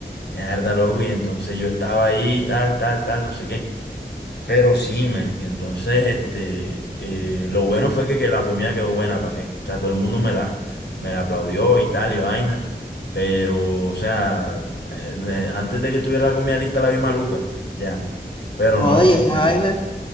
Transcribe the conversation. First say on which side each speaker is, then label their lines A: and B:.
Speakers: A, on the left (about 85°); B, on the left (about 30°).
A: Mierda, loco, y entonces yo estaba ahí, tal, tal, tal, no sé qué. Pero sí, marica, entonces, este, eh, lo bueno fue que, que la comida quedó buena, ¿para qué? O sea, todo el mundo me la, me la aplaudió y tal, y vaina. Pero, o sea, eh, eh, antes de que tuviera la comida lista la vi maluca, ya. Pero
B: Joder,
A: no, sí,
B: y esa
A: marica.
B: vaina.